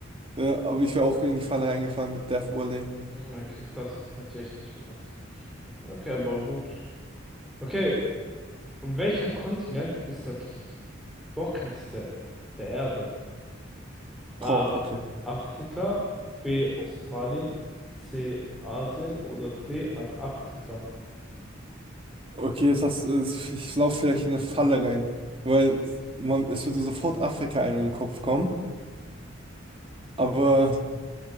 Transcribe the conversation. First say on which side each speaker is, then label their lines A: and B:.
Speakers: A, on the right; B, in the centre.
A: Äh, aber ich wäre auch in die Falle reingefallen mit Death Valley.
B: Okay, krass. Hätte ich echt nicht gedacht. Okay, aber gut. Okay, und welcher Kontinent ist das trockenste der Erde? A.
A: Boah, okay.
B: Afrika, B. Australien, C. Asien oder D. Antarktika?
A: Okay, jetzt hast, äh, ich laufe vielleicht in eine Falle rein, weil man, es würde sofort Afrika einem im Kopf kommen. Aber